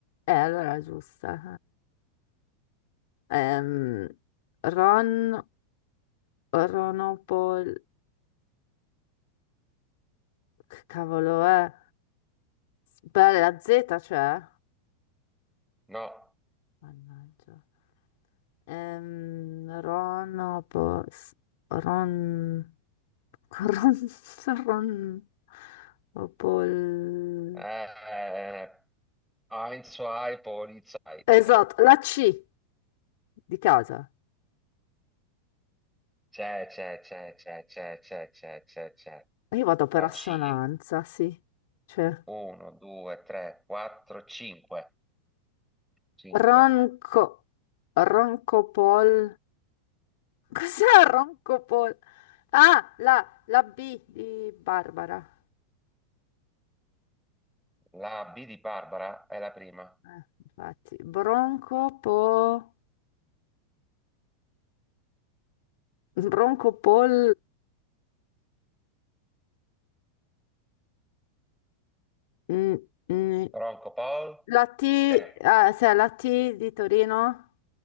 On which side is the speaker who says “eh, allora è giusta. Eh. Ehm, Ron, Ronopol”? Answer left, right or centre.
Left